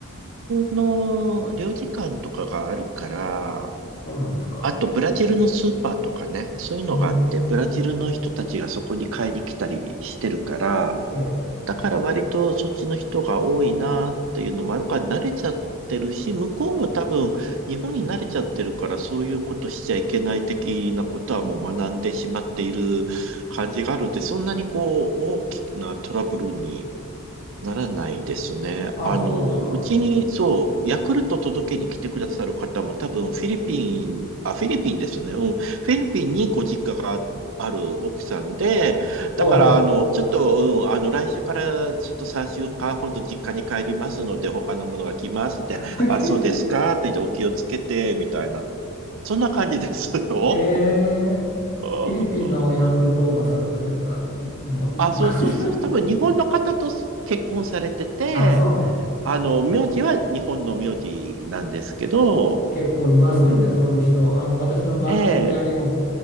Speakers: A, on the right (about 60°); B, on the left (about 40°).
A: の領事館とかがあるから、
B: そうなんですか。
A: あとブラジルのスーパーとかね、そういうのがあって、
B: うーん、
A: ブラジルの人たちがそこに買いに来たりしてるから、
B: ええ、
A: だから割とそっちの人が多いなっていうのもあるから慣れちゃってるし、向こうも多分日本に慣れちゃってるからそういうことしちゃいけない的なことはもう学んでしまっている感じがあるので、そんなにこう大きなトラブルにならないですね。
B: あ、
A: あの、
B: そうですか。
A: うちに、そう、ヤクルト届けに来てくださる方も多分フィリピン、あ、フィリピンですね。うん。フィリピンにご実家がある奥さんで、だから、
B: そ
A: あの、ちょっと、うん、あの、来週からちょっと3週間ほど実家に帰りますので、他のものが来ますって、
B: う。<laughs>
A: あ、そうですかって言って、お気をつけて、みたいな。そんな感じですよ。
B: ええ
A: <laughs>
B: フィリピンのヤクルトおばさんというか、<laughs> いもういいかもしれない。
A: あ、そうそうそう。多分日本の方と結婚されてて、
B: <laughs> あ、そうなんだ。
A: あの、名字は日本の名字なんですけど、
B: 結構いますよね、
A: うん。
B: そういう人。あの、私の、ま、
A: ええ
B: 知り合いにも